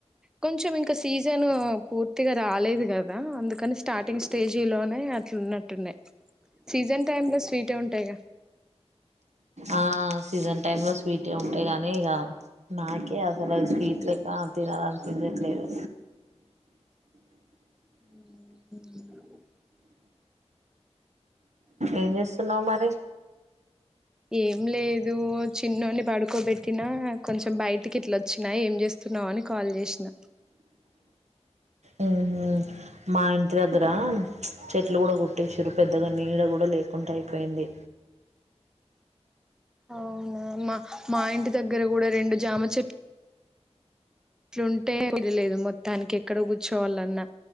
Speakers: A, in the centre; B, on the right (about 80°).
A: కొంచం ఇంక సీజను పూర్తిగా కాలేదు కదా అందుకని స్టార్టింగ్ స్టేజిలోనే అట్లున్నట్టున్నాయ్ సీజన్ టైమ్ లో స్వీట్ ఉంటాయిగా
B: ఆ సీజన్ టైమ్ లో స్వీటే ఉంటాయి గాని ఇగా నాకే అసలు అది స్వీట్ లెక్క తినాలనిపి య్యట్లేదు
A: ఉ
B: ఏం చేస్తున్నావు మరి
A: ఏం లేదు చిన్నోని పడుకోబెట్టినా కొంచెం బయటికి ఇట్లా వచ్చినా ఏం చేస్తు న్నావు అని కాల్ చేసిన
B: ఉహు మా ఇంటి దగ్గర చెట్లు కూడా కొట్టటిసిరు పెద్దగా నీడ కూడా లేకుండా అయిపోయింది
A: అవునా మా మా ఇంటి దగ్గర కూడా రెండు జామ చెట్ ఇట్లుంటే తెలిలేదు మొత్తానికి ఎక్కడ కూర్చోవాలన్నా